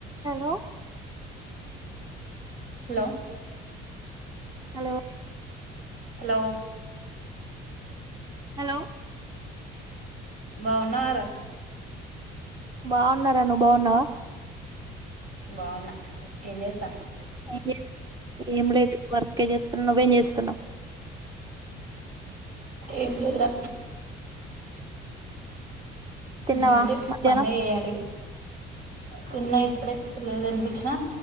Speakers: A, on the right; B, on the right.
A: Hello
B: hello
A: hello
B: hello
A: hello
B: బావున్నా వారా
A: బావున్నా రా నువ్వు బావున్నావా
B: బావున్నా ఏం చేస్తాన్నావ్
A: ఏం చేస్ ఏం లేదు వర్కే చేస్తున్న నువ్వేం చేస్తున్నావు
B: ఏం లేదురా
A: తిన్నావా
B: ఏం లేదు
A: మధ్యాహ్నం
B: పనే చెయ్యాలి తిన్నా ఇప్పుడే పిల్లల తినిపిచ్చిన